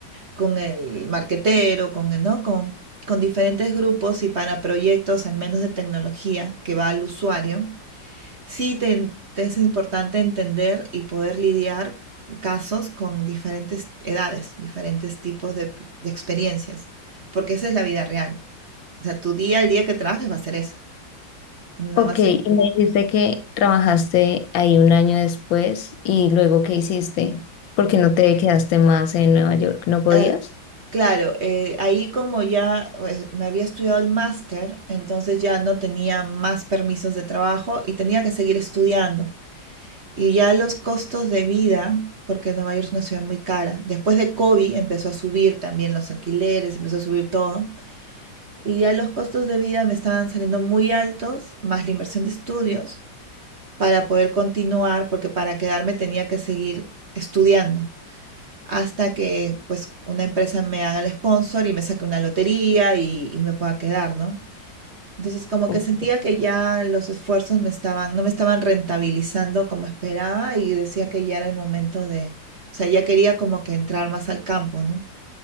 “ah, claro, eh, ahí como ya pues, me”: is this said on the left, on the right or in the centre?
Right